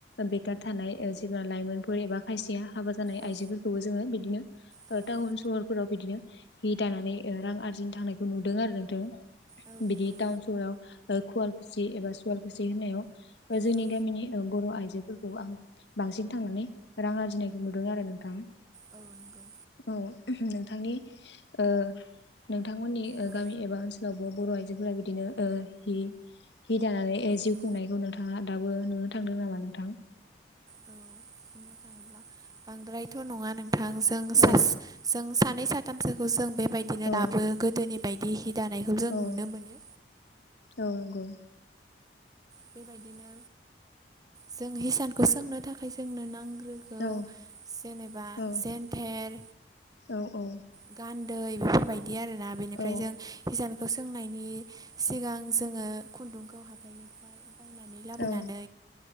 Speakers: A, on the left (about 80°); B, on the right (about 20°).
A: बेखार थानाय जेब्ला लाइमोनफोर एबा खायसेया हाबा जानाय
B: औ
A: आइजोफोरखौबो जोङो बिदिनो
B: औ
A: टाउन सहरफोराव बिदिनो हि दानानै ओ रां आरजिनो थांनायखौ नुदों आरो नोंथां
B: औ
A: बिदि
B: नंगौ
A: टाउन सहराव ओ खुवालकुसि एबा सुवालकुसि होननायाव जोंनि
B: औ
A: गामिनि बर आइजो फोरखौ आं बांसिन थांनानै रां आरजिनायखौ नुदों आरो नोंथाङा।
B: औ नंगौ
A: औ नोंथांनि ओ नो बिथां मोननि
B: औ
A: गामि एबा ओनसोलाव बो बर आइजोफोरा बिदिनो ओ हि- हि दानानै जिउ
B: औ
A: खुंनायखौ नोंङा दाबो नुनो थांदों नामा नोंथां?
B: औ बुंनो थाङोब्ला बांद्रायथ नङा नोंथां जों सास
A: औ
B: जों सा नै साथामसोखौ जों बेबायदिनो
A: औ
B: दाबो गोदोनि बायदि हि दानायखौ जों
A: औ
B: नुनो मोनो।
A: औ नोंगौ।
B: बेबायदिनो जों हिसानखौ सोंनो थाखाय जोंनो नां गौ
A: औ
B: जेनेबा
A: औ
B: जेन्थेर
A: औ औ।
B: गान्दै बेफोरबायदि आरोना बेनिफ्राय
A: औ
B: जों हिसानखौ सोंनायनि सिगां जोङो खुन्दुंखौ हाथाइनिफ्राय बायनानै लाबोनानै
A: औ